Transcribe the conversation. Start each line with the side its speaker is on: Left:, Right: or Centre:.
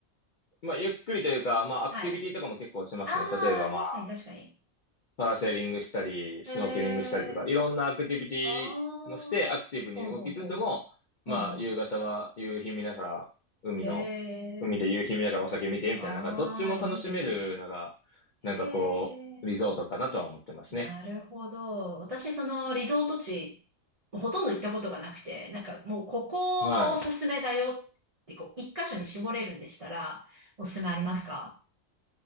Left: まあゆっくりというか、まあアクティビティとかも結構しますね。
Right: はい。ああ、
Left: 例えばまあ、
Right: 確かに確かに。
Left: パラセーリングしたり、
Right: えー
Left: シュノーケリングしたりとか、いろんなアクティビテ
Right: ああ。
Left: ィもして、アクティブに動きつつも、
Right: ほうほうほう。ほうほう
Left: まあ、夕方は夕日見ながら、海の、
Right: へ
Left: 海で夕日見ながらお酒見て、
Right: え。ああ、
Left: みたいな、なんかどっちも楽しめるのが、
Right: いいですね。へ
Left: なんかこう、リゾートかなとは思ってますね。
Right: え。なるほど。私、そのリゾート地、ほとんど行ったことがなくて、なんかもうここはおすすめだよって、
Left: はい。
Right: こう、一箇所に絞れるんでしたら、おすすめありますか